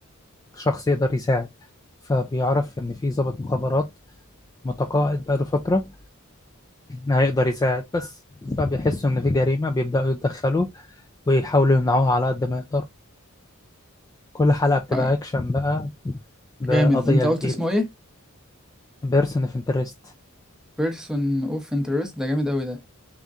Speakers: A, on the left (about 15°); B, in the centre.
A: شخص يقدر يساعد فبيعرف ان في ضابط مخابرات متقاعد بقاله فترة هيقدر يساعد بس فبيحسوا ان في جريمة بيبدأوا يتدخلوا ويحاولوا يمنعوها على قد ما يقدر كل حلقة بتبقى
B: آه
A: اكشن بقى بقضية
B: جامد انت قلت
A: جديدة
B: اسمه ايه
A: بيرسون اوف انترست
B: بيرسون اوف انترست ده جامد قوي ده